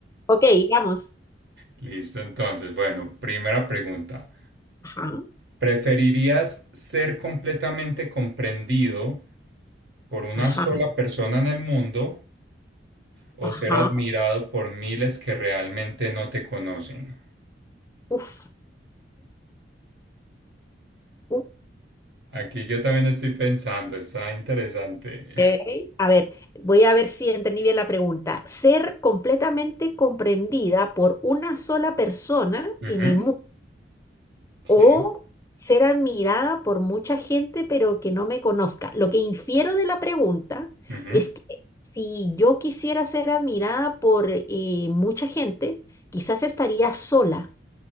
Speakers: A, on the left (about 15°); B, on the right (about 65°).
A: ok, vamos.
B: Listo, entonces, bueno, primera pregunta.
A: Ajá,
B: ¿Preferirías ser completamente comprendido por una
A: ajá,
B: sola persona en el mundo o
A: ajá.
B: ser admirado por miles que realmente no te conocen?
A: Uf, uf,
B: Aquí yo también estoy pensando, está interesante.
A: ok. A ver, voy a ver si entendí bien la pregunta. Ser completamente comprendida por una sola persona
B: <laughs> Ujú,
A: en el mundo
B: Sí,
A: o ser admirada por mucha gente pero que no me conozca. Lo que infiero de la pregunta
B: ujú,
A: es que si yo quisiera ser admirada por eh, mucha gente, quizás estaría sola.